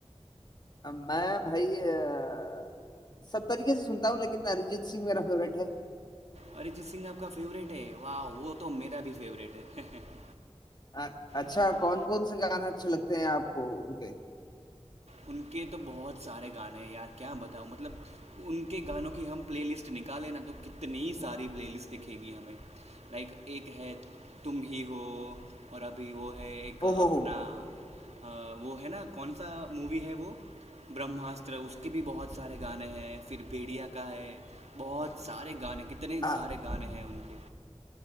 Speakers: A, on the left; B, on the right.
A: अ, मैं भाई अ, सब तरीके से सुनता हूँ लेकिन अरिजीत सिंह मेरा फेवरेट है
B: अरिजीत सिंह आपका फेवरेट है वाह वो तो मेरा भी फेवरेट है <laughs>
A: अ, अच्छा
B: लाइक
A: कौन कौन से गाने अच्छे लगते हैं आपको उनके
B: उनके तो बहुत सारे गाने हैं यार क्या बताऊँ मतलब उनके गानों की हम प्लेलिस्ट निकालें ना तो कितनी सारी प्लेलिस्ट दिखेगी हमें लाइक एक है तुम ही हो और अभी वो है एक अपना
A: ओहो हो
B: अ, वो है ना कौन सा मूवी है वो ब्रह्मास्त्र उसके भी बहुत सारे गाने हैं फिर भेड़िया का है बहुत सारे गाने कितने
A: हाँ
B: सारे गाने हैं उनके